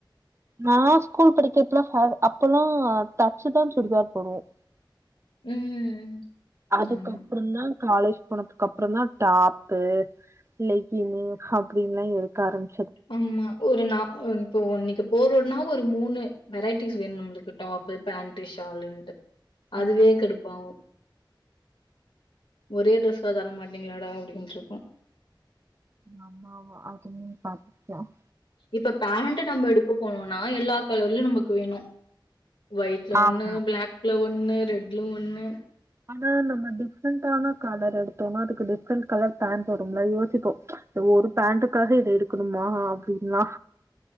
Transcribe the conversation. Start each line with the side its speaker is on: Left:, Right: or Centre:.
Right: நா ஸ்கூல் படிக்கிறப்பலா சாலு அப்பல்லா தச்சுதா சுடிதார் போடுவோம்
Left: ம்.
Right: அதுக்கப்புறோ
Left: ஆமா,
Right: தா காலேஜ் போனதுக்கு அப்புறோ தா டாப்பு லெகினு அப்படின்ல்லா எடுக்க ஆரம்
Left: ஆமா ஒரு நா இப்போ இன்னைக்கு போறோனா ஒரு மூணு வெரைட்டிஸ் வேணு நம்ளுக்கு டாப்பு பேண்டு ஷாலுன்ட்டு
Right: ஆ
Left: அதுவே கடுப்பாவு ஒரே ட்ரெஸ்ல தர மாட்டீங்களாடா அப்டின்ட்ருக்கு
Right: ஆமா அதுமே <unintelligible>
Left: இப்ப பேண்ட் நம்ம எடுக்க போனோனா எல்லா கலர்லயு நமக்கு வேணு ஒயிட்ல ஒண்ணு
Right: ஆமா
Left: பிளாக் ல ஒன் ஒண்ணு ரெட்லு ஒண்ணு
Right: ஆனா நம்ம டிஃப்ரெண்டான கலர் எடுத்தோம்னா அதுக்கு டிஃப்ரெண்ட் கலர் பேண்ட் வரும்ல யோசிப்போ ஒரு பேண்ட்டுக்காக இதை எடுக்கணுமா அப்படின்லா